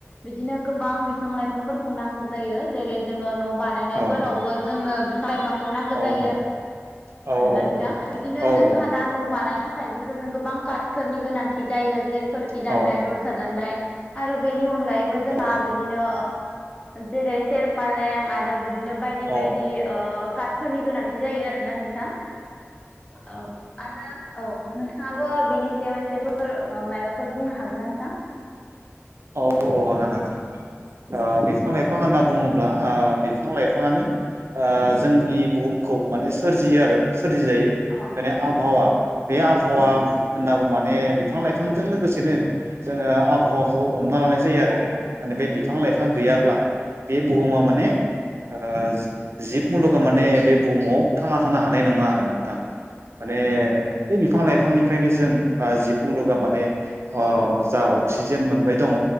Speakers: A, on the left; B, on the right.
A: बिदिनो गोबां बिफां लाइफांफोरखौ नांगौ जायो। जेरै जोङो न' बानायनायफोरावबो
B: औ
A: जोंनो बिफां लाइफांखौ नांगौ
B: औ
A: जायो
B: औ
A: आरो
B: औ
A: आरो ना नोंथां बिदिनो
B: औ
A: जोंहा
B: औ औ
A: दा न' बानायनो था खायबो जोंनो गोबां कार्टफोरनि गोनांथि जायो जेरै खखि दान्नाय
B: औ
A: दरजा दाननाय आरो बेनि अनगायैबो जोंहा
B: औ
A: बिदिनो जेरै सेरपालें आरो बिदिनो बायदि
B: औ
A: बायदि ओ कार्टफोरनि गोनांथि जायो आरो ना नों थां औ आरो औ नोंथाङाबो बिनि सायाव एसेफोर माबाफोर बुंनो हागोन नोंथां
B: औ औ हागोन हागोन ओ बिफां लाइफां होनना बुङोब्ला बिफां लाइ फाङानो ओ जोंनि बुहुमखौ माने सोरजियो आरो सोरजिजायो
A: औ
B: बे आबहावा बे आबहावा होननागौ माने बिफां लाइफांजों लोगोसेनो जोङो आबहावाखौ हमना लानाय जायो आरो माने बे बिफां लाइफां गैयाब्ला बे बुहुमा माने ओ जिब मुलुगा माने बे बुहुमाव थांना थानो हानाय नङा आरो नोंथां माने बे बिफां लाइफांनिफ्रायनो जों बा जि मुलुगा माने अ जा अक्सिजेन मोनबाय दङ